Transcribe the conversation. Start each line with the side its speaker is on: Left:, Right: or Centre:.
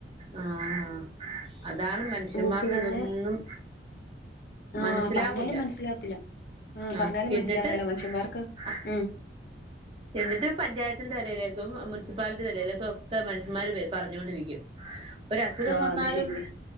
Right: ആഹ് ആഹ് അതാണ് മനുഷ്യന്മാർക്ക്
Left: ഉം പിന്നെ
Right: തൊന്നും.
Left: ആഹ്
Right: മനസ്സിലാവൂല്ല
Left: പറഞ്ഞാലും മനസ്സിലാവത്തില്ല ആഹ്
Right: ആഹ
Left: പറഞ്ഞാലും
Right: എന്നിട്ട്-
Left: മനസ്സിലാകേല മനുഷ്യന്മാർക്ക്
Right: ക്രാ..
Left: ഉം
Right: എന്നിട്ട് പഞ്ചായത്തിന്റെ തിലയിലേക്കും മുനിസിപ്പാലിറ്റി തിലയിലേക്കും ഒക്കെ മനുഷ്യന്മാര് വെ പർ ഞ്ഞോണ്ടിരിക്കും. ഒരസുഖം
Left: ആഹ്
Right: വന്നാലും
Left: അത് ശരിയാ